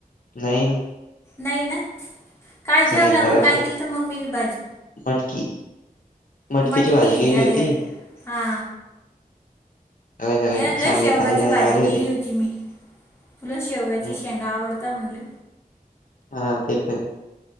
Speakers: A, on the left; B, on the left.
A: नाही नाही
B: नाही नां? काय
A: असं
B: जेवला
A: काही नाही
B: मग
A: जरा
B: काय
A: फिर
B: केलतं मम्मी न भाजी?
A: मटकी मटकीची
B: मटकी
A: भाजी केली
B: अरे
A: होती
B: अरे हा.
A: सकाळी
B: अ लय
A: चांगली
B: शेवगाची
A: ताजी ताजी
B: भाजी
A: आली
B: केली होती मी तुला शेवग्याची
A: हम्म
B: शेंगा आवडता म्हणलं.
A: हा, तेपन आहे.